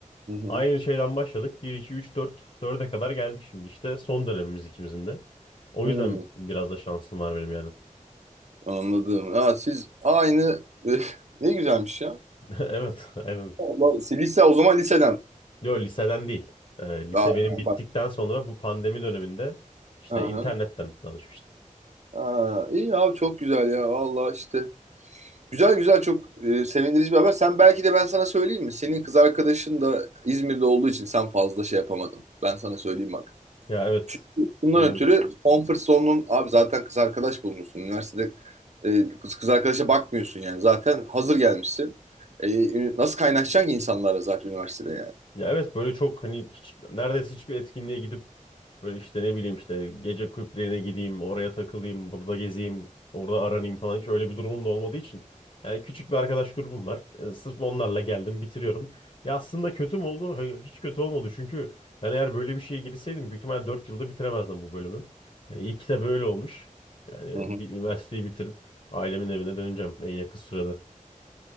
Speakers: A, on the right (about 60°); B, on the left (about 55°).
A: Hı hı.
B: Aynı şeyden başladık. Bir 2 3 4 dörde kadar geldik şimdi. İşte son dönemimiz ikimizin de. O
A: Hmm.
B: yüzden biraz da şansım var benim yani.
A: Anladım. Ya siz aynı <laughs> ne güzelmiş ya.
B: <laughs> Evet, aynen.
A: Allah, siz lise o zaman liseden.
B: Yok liseden değil. Ee, lise
A: Aa,
B: benim
A: ha,
B: bittikten
A: bak.
B: sonra bu pandemi döneminde işte
A: Aha.
B: internetten tanışmıştık.
A: Aa, iyi abi çok güzel ya. Vallahi işte. Güzel güzel çok e, sevindirici bir haber. Sen belki de ben sana söyleyeyim mi? Senin kız arkadaşın da İzmir'de olduğu için sen fazla şey yapamadın. Ben sana söyleyeyim bak.
B: Ya evet.
A: Çünkü bundan
B: Ee,
A: ötürü comfort zone'un abi zaten kız arkadaş bulmuşsun. Üniversitede e, kız, kız arkadaşa bakmıyorsun yani. Zaten hazır gelmişsin. E, nasıl kaynaşacaksın ki insanlarla zaten üniversitede
B: Ya evet böyle çok hani hiç, neredeyse hiçbir etkinliğe gidip böyle işte ne bileyim işte gece kulüplerine gideyim, oraya takılayım, burada gezeyim, orada aranayım falan hiç öyle bir durumum da olmadığı için. Yani küçük bir arkadaş grubum var. E, sırf onlarla geldim, bitiriyorum. Ya aslında kötü mü oldu? Hayır, hiç kötü olmadı. Çünkü ben eğer böyle bir şeye girseydim büyük ihtimalle 4 yılda bitiremezdim bu bölümü. Yani iyi ki de böyle olmuş. Yani
A: yani?
B: bir üniversiteyi bitirip ailemin evine döneceğim en yakın sürede.